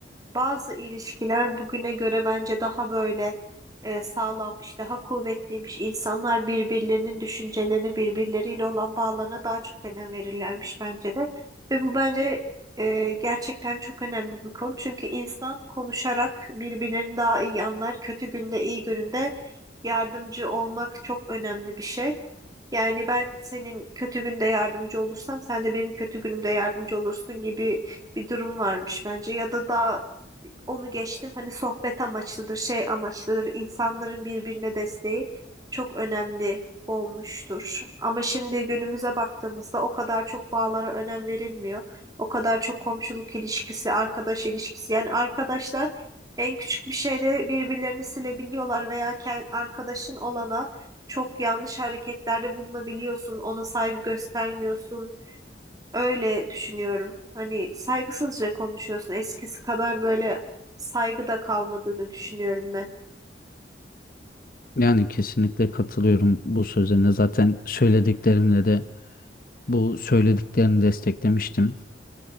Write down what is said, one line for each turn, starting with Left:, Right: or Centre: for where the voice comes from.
Right: Bazı ilişkiler bugüne göre bence daha böyle e, sağlammış, daha kuvvetliymiş. İnsanlar birbirlerinin düşüncelerini, birbirleriyle olan bağlarına daha çok önem verirlermiş bence de. Ve bu bence e, gerçekten çok önemli bir konu. Çünkü insan konuşarak birbirlerini daha iyi anlar. Kötü günde, iyi gününde yardımcı olmak çok önemli bir şey. Yani ben senin kötü günde yardımcı olursam sen de benim kötü günümde yardımcı olursun gibi bir durum varmış bence ya da daha onu geçtim hani sohbet amaçlıdır, şey amaçlıdır. insanların birbirine desteği çok önemli olmuştur. Ama şimdi günümüze baktığımızda o kadar çok bağlara önem verilmiyor. O kadar çok komşuluk ilişkisi, arkadaş ilişkisi. Yani arkadaşlar en küçük bir şeyde birbirlerini silebiliyorlar veya kend, arkadaşın olana çok yanlış hareketlerde bulunabiliyorsun. Ona saygı göstermiyorsun Öyle düşünüyorum. Hani saygısızca konuşuyorsun. Eskisi kadar böyle saygı da kalmadığını düşünüyorum ben.
Left: Yani kesinlikle katılıyorum bu sözlerine. Zaten söylediklerimle de bu söylediklerini desteklemiştim.